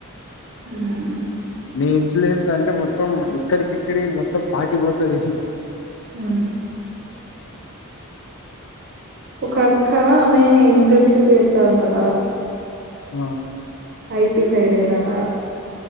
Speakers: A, on the right (about 50°); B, on the left (about 60°).
A: హ్
B: మీ ఇన్ఫ్లుయెన్స్ అంటే మొత్తం ఇక్కడికిక్కడి మొత్తం పాకిపోతుంది.
A: ఉ ఒక అక్క ఆమె ఇంటర్న్షిప్ చేస్తాన్నట
B: ఆ
A: ఐటి సైడ్ ఏనటా